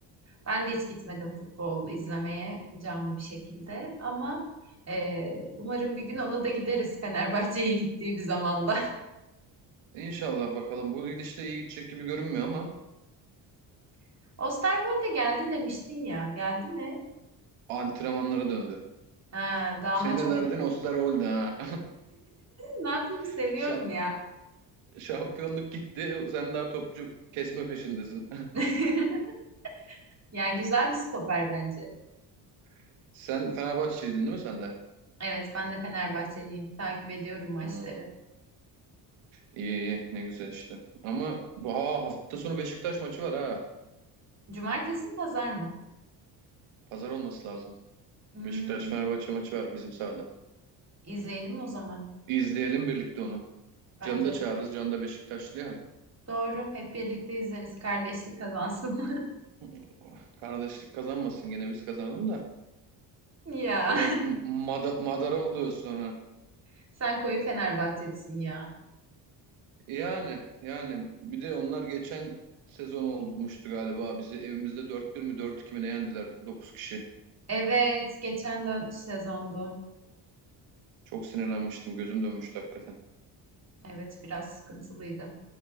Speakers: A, on the right; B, on the right.
A: Ben de hiç gitmedim futbol izlemeye canlı bir şekilde ama e, umarım bir gün ona da gideriz Fenerbahçe'ye gittiği bir zamanda.
B: İnşallah bakalım. Bu gidişle iyi gidecek gibi görünmüyor ama.
A: <laughs> Osterwolde geldi demiştin ya. Geldi mi?
B: Antrenmanlara döndü.
A: Ha, daha
B: Senin
A: maç
B: de
A: oynamadı.
B: derdin Osterwolde
A: <laughs>
B: ha.
A: Ne yapayım
B: <laughs>
A: seviyorum
B: Şa-
A: ya.
B: şampiyonluk gitti. Sen daha topçu kesme peşindesin.
A: <laughs> Yani güzel bir stoper bence.
B: <laughs> Sen Fenerbahçeliydin değil mi sen de?
A: Evet ben de Fenerbahçeliyim. Takip ediyorum maçları.
B: Hmm, iyi iyi ne güzel işte. Ama bu aa, hafta sonu Beşiktaş maçı var ha.
A: Cumartesi mi pazar mı?
B: Pazar olması lazım.
A: Hmm,
B: Beşiktaş Fenerbahçe maçı var bizim sahada.
A: izleyelim o zaman.
B: İzleyelim birlikte onu.
A: Bence
B: Can'ı da çağırırız.
A: de.
B: Can da Beşiktaşlı ya.
A: Doğru. Hep birlikte izleriz. Kardeşlik kazansın.
B: <laughs> Kardeşlik kazanmasın yine biz kazanalım da.
A: <laughs> Ya.
B: Sonra m- mada- madara oluyoruz sonra.
A: <laughs> Sen koyu Fenerbahçelisin ya.
B: Yani yani bir de onlar geçen sezon olmuştu galiba. Bizi evimizde dört bir mi dört iki mi ne yendiler 9 kişi.
A: Evet. Geçen dön sezondu.
B: Çok sinirlenmiştim. Gözüm dönmüştü hakikaten.
A: Evet. Biraz sıkıntılıydı.